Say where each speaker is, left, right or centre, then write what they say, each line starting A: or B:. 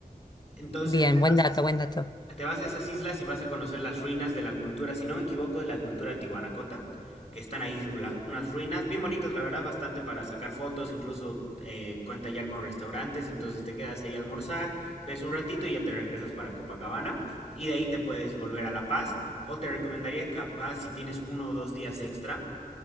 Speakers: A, on the left; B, on the left.
A: Entonces,
B: bien,
A: te
B: buen
A: vas
B: dato, buen dato.
A: te vas a esas islas y vas a conocer las ruinas de la cultura, si no me equivoco, de la cultura tihuanacota, que están ahí ula- unas ruinas bien bonitas, la verdad, bastante para sacar fotos, incluso eh, cuenta ya con restaurantes, entonces te quedas ahí a almorzar, ves un ratito y ya te regresas para Copacabana, y de ahí te puedes volver a La Paz, o te recomendaría capaz si tienes uno o dos días extra,